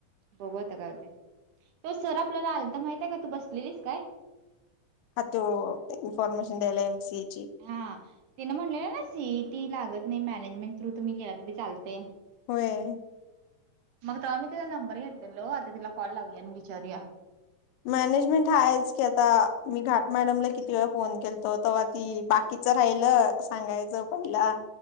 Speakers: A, on the right; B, on the left.
A: बघू आता काय होतय तो सर आपल्याला आलता माहित आहे काय तू बसलेलीस काय?
B: हा तो इनफॉर्मेशन द्यायला एम सी
A: हा तेन म्हणलेलं ना सीई ती लागत नाही मॅनेजमेंट थ्रु तुम्ही गेला तरी चालतय.
B: होय.
A: मग तवा आम्ही तिचा नंबर घेतलेलो आता तिला कॉल लावूया आणि विचारूया.
B: मॅनेजमेंट हायेच की आता मी घाट मॅडमला किती वेळा फोन केलतो तेव्हा ती बाकीच राहिल सांगायचं पहिला